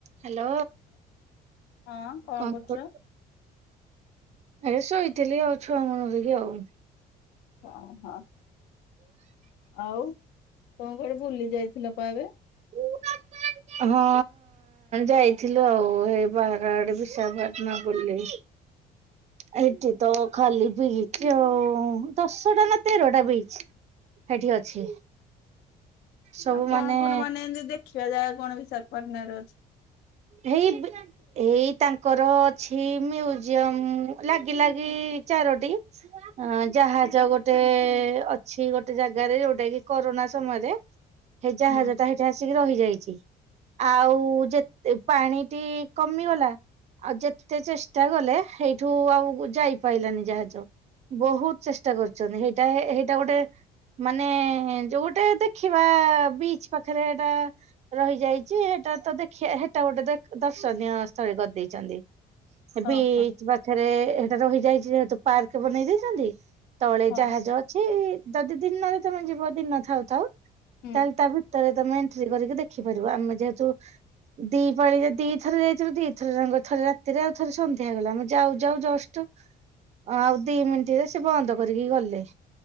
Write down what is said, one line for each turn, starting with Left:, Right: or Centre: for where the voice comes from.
Right: Hello
Left: ହଁ
Right: କଣ
Left: କରୁଛ?
Right: କ ଏ ଶୋଇଥିଲି ଆଉ ଛୁଆ ମଣରେ କି ଆଉ
Left: ଓହଁ ଆଉ ତମ କଆଡେ ବୁଲି ଯାଇଥିଲ ଏବେ?
Right: ଓ ହଁ ଯାଇଥିଲୁ ଆଉ ଏଇ ବାହାର ଆଡେ ବିଶାଖା ପାଟଣା ବୁଲି। ଏଠି ତ ଖାଲି ବିଚ୍ ଆଉ ଦଶଟା ନା ତେରଟା ବିଚ୍। ଏଠି ଅଛି ସବୁ
Left: ଆଉ କଣ
Right: ମାନେ
Left: କଣ ଏମିତି ଦେଖିବା ଜାଗା କଣ ବିଶାଖପାଟଣାରେ ଅଛି?
Right: ହେଇ ଏଇ ତାଙ୍କର ଅଛି ମ୍ୟୁଜିୟମ ଲାଗି ଲାଗି ଚାରୋଟି। ଅ ଜାହାଜ ଗୋଟେ ଅଛି ଗୋଟେ ଜାଗାରେ ଯୋଉଟା କି କରୋନା ସମୟରେ ସେ ଜାହାଜଟା
Left: ହୁଁ
Right: ସେଇଠି ଆସିକି ରହିଯାଇଛି ଆଉ ଯେ ତେ ପାଣିଟି କମିଗଲା। ଆଉ ଯେତେ ଚେଷ୍ଟା କଲେ ସେଇଠୁ ଆଉ ଯାଇପାରଲାନି ଜାହାଜ। ବହୁତ ଚେଷ୍ଟା କରୁଛନ୍ତି ହେଇଟା ହେଇଟା ଗୋଟେ ମାନେ ଯୋଉ ଗୋଟେ ଦେଖିବା ବିଚ ପାଖରେ ଏଟା ରହିଯାଇଛି ସେଇଟା ତ ଦେଖ ହେଟା ଗୋଟେ ଦେ ଦର୍ଶନୀୟ ସ୍ଥଳେ କରିଦେଇଛନ୍ତି
Left: ହଁ
Right: ବିଚ
Left: ହଁ
Right: ବା ଏରେ ସେଟା ରହିଯାଇଛି ଯେହେତୁ ପାର୍କ ବନେଇ ଦେଇଛନ୍ତି ତଳେ
Left: ହଁ
Right: ଜାହାଜ ସେ ଯଦି ଦିନ ନ ହେଇଥିବା ତମେ ଯିବ ଦିନ ଥାଉ ଥାଉ।
Left: ହୁଁ
Right: ତାହେଲେ ତା ଭିତରେ ତମେ ଏଣ୍ଟ୍ରି କରିକି ଦେଖିପାରିବ ଆମେ ଯେହେତୁ ଦି ପାଳିରେ ଦି ଥର ଯାଇଥିଲୁ ଦିଥରେ ଯାଙ୍ଗ ଥରେ ରାତିରେ ଆଉ ଥରେ ସନ୍ଧ୍ୟା ବେଳେ ମୁଁ ଯାଉ ଯାଉ ଜଷ୍ଟ ଆଉ ଦି ମିନିଟ୍ ରେ ସେ ବନ୍ଦ କରିକି ଗଲେ।